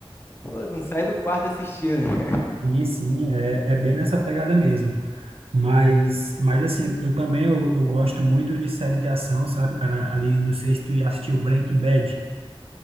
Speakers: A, on the left; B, on the right.
A: Pô, tu não sai do quarto assistindo. <laughs>
B: Sim, sim, é, é bem nessa pegada mesmo. Mas, mas assim, eu também eu, eu gosto muito de série de ação, sabe, cara? Ali, não sei se tu já assistiu Breaking Bad,